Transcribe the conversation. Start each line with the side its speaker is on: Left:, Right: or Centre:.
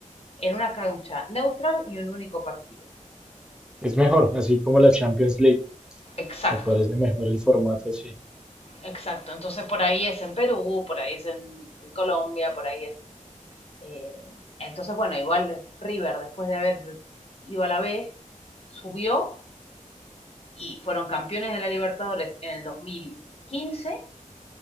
Left: en una cancha neutral y un único partido.
Centre: Es mejor, así como la Champions League.
Left: Exacto,
Centre: Me parece mejor el formato así.
Left: exacto. Entonces por ahí es en Perú, por ahí es en Colombia, por ahí es... eh, entonces, bueno, igual River, después de haber ido a la B, subió y fueron campeones de la Libertadores en el 2015